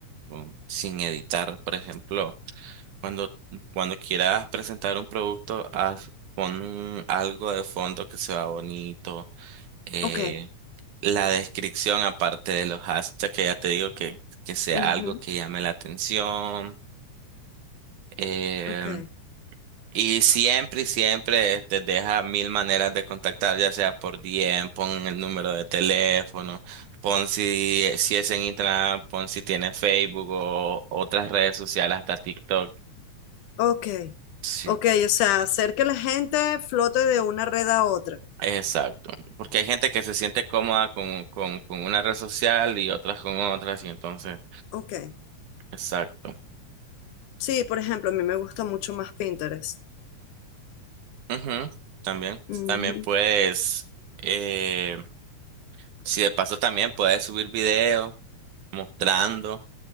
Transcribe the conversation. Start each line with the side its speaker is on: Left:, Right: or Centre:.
Right: con- sin editar, por ejemplo. Cuando, cuando quieras presentar un producto, haz, pon un- algo de fondo que se vea bonito. eh,
Left: Ok,
Right: la descripción, aparte de los hashtags, que ya te digo que, que sea
Left: ujú,
Right: algo que llame la atención. em,
Left: ok,
Right: y siempre, y siempre te deja mil maneras de contactar, ya sea por DM, pon el número de teléfono, pon si, eh, si es en Instagram, pon si tiene Facebook o otras redes sociales, hasta TikTok.
Left: ok,
Right: sí
Left: ok. O sea, hacer que la gente flote de una red a otra.
Right: Exacto, porque hay gente que se siente cómoda con, con, con una red social y otras con otras, y entonces,
Left: Ok.
Right: exacto.
Left: Sí, por ejemplo, a mí me gusta mucho más Pinterest.
Right: Ujú, También,
Left: Ujú,
Right: también puedes, eh, si de paso también puedes subir videos mostrando